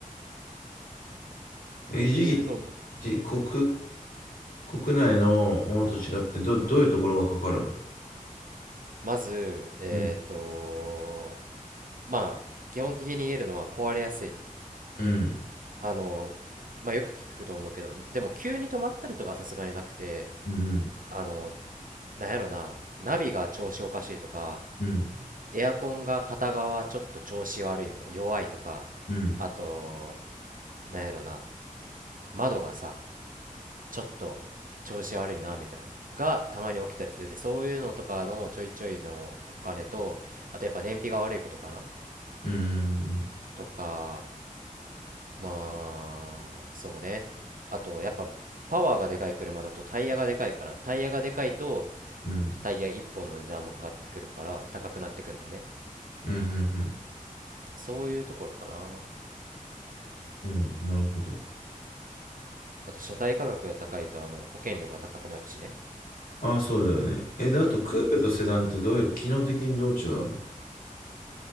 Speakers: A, on the left (about 85°); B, on the right (about 70°).
A: え、維持費って
B: ていうのを、
A: じ、国、国内のものと違って、ど、どういうところがかかるの
B: まず、えーっと、
A: うん。
B: まあ、基本的に言えるのは壊れやすい。
A: うん。
B: あの、まあ、よく聞くと思うけど、でも急に止まったりとかはさすがになくて、
A: うん。
B: あの、なんやろな、ナビが調子おかしいとか、
A: うん。
B: エアコンが片側ちょっと調子悪いみたいな、弱いとか、
A: うん。
B: あと、なんやろな、窓がさちょっと調子悪いなみたいながたまに起きたりするでそういうのとかのちょいちょいのお金とあとやっぱ燃費が悪いことかな
A: うん。
B: とかまあそうねあとやっぱパワーがでかい車だとタイヤがでかいからタイヤがでかいと
A: うん。うん。
B: タイヤ1本の値段もかかってくるから高くなってくるのね
A: うん。
B: そういうところかな
A: うんなるほど。
B: あと車体価格が高いとあの保険料が高くなるしね
A: ああ、そうだよね。え、であと、クーペとセダンってどういう、
B: うん
A: 機能的にどう違うの